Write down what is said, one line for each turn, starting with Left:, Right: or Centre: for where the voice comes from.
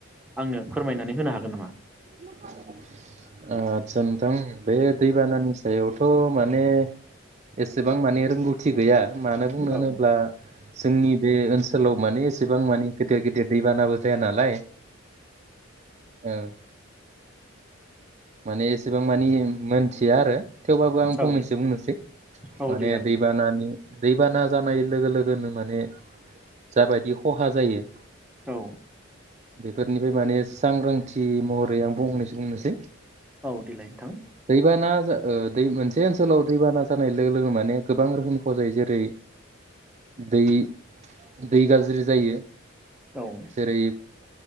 Centre: आंनो फोरमायनानै होनो हागोन नामा?
Right: <inaudible> ओ आतचा नोंथां बे दैबानानि सायावथ' माने एसेबां माने रोंगौ थि गैया मानो बुंनो
Centre: औ
Right: होनोब्ला जोंनि बे ओनसोलाव माने एसेबां माने गेदेर गेदेर दैबानाबो जाया नालाय ओं माने एसेबां मानि मोनथिया आरो थेवबाबो आं फंनैसो
Centre: औ
Right: बुंनोसै
Centre: औ
Right: माने
Centre: दे जागोन
Right: दैबानानि
Centre: दे
Right: दैबाना जानाय लोगो लोग गोनो माने जाबायदि खहा जायो।
Centre: औ
Right: बेफोरनिफ्राय माने सांग्रांथि महर गैयाम फुंनैसो बुंनोसै
Centre: औ देलाय नोंथां
Right: दैबाना जा ओ दै मोनसे ओनसोलाव दैबाना जानाय लोगो लोगोनो माने गोबां रोखोमखौ जायो जेरै दै दै गाज्रि जायो
Centre: औ
Right: जेरै